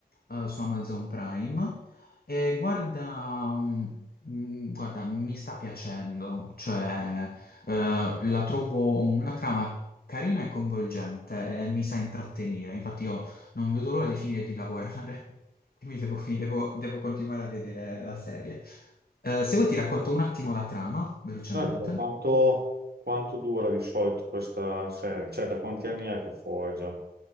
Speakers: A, on the left (about 65°); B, on the right (about 75°).
A: eh, su Amazon Prime, e guarda, mm, guarda, mi sta piacendo, cioè, eh, la trovo una trama carina e coinvolgente e mi sa intrattenere, infatti io non vedo l'ora di finire di lavorare. Mi devo, fi- devo- devo continuare a vedere la serie. Eh, se vuoi ti racconto un attimo la trama, velocemente.
B: Certo, Quanto, quanto dura di solito questa serie? Cioè, da quanti anni è che è fuori già?